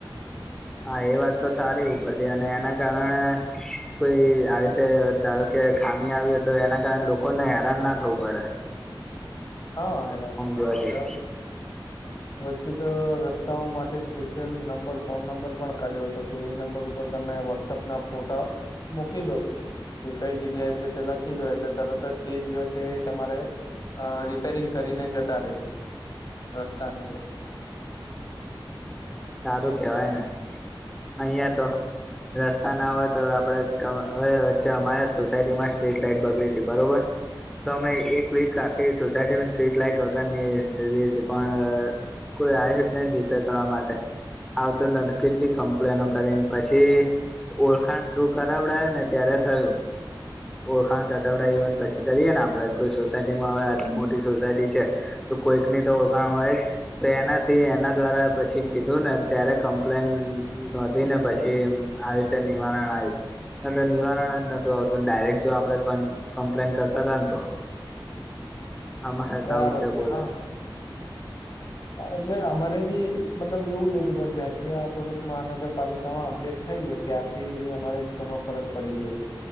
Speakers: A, in the centre; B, on the left (about 50°).
A: હા, એ વાત તો સારી ઉપરથી અને એના કારણે કોઈ આવી રીતે ધારો કે ખામી આવી તો એના કારણે લોકોને હેરાન ના થવું પડે
B: હા, હેરાન ના
A: આમ
B: થવું
A: જોવા
B: પડે,
A: જઈએ
B: વચ્ચે તો રસ્તો રસ્તાઓ માટે સ્પેશિયલ નંબર ફોન નંબર પણ કાઢ્યો હતો કે એ નંબર ઉપર તમે વોટ્સઅપ ના ફોટા મૂકી દો કે કઈ જગ્યાએ છે તે લખી દો એટલે તરત જ તે દિવસે તમારે અ રી પેરિંગ કરીને જતા રે રસ્તા ને એ બધું
A: સારું કેવાય ને અહીંયા તો રસ્તા ના હોય તો આપડે હવે વચ્ચે અમારે સોસાયટીમાં સ્ટ્રીટ લાઈટ બગડી હતી બરોબર તો અમે એક વીક આખી સોસાયટીમાં સ્ટ્રીટ લાઈટ વગર ની થઈ ગઈ થી પણ કોઈ આવ જ નહી રિપેર કરવા માટે આવતું નથી કેટલી કંપ પ્લેનો કરી, ને પછી ઓળખાણ થ્રુ કરાવડાય ને ત્યારે થયું ઓળખાણ કડાવ્યે ને પછી કરીએ ને આપડે કોઈ સોસાયટીમાં આવે આટલી મોટી સોસાયટી છે તો કોઈક ની તો ઓળખાણ હોય જ તો એનાથી એના દ્વારા પછી કીધું ને ત્યારે કમ્પ્લેન નોંધી ને પછી આવી રીતે નિવારણ આવ્યું ના તો નિવારણ જ નતું આવતુંને ડાયરેક જો આપડે કમ્પ્લેન કરતા હતા ને તો આમાંરે તો
B: બરાબર
A: આવું છે બોલો
B: હા હા એટલે અમારે બી મતલબ એવું જ હતું પણ જ્યાંથી આ થોડુંક મહાનગરપાલિકામાં અપડે થયું ત્યારથી અમારે ઘણો ફરક પડી ગયો છે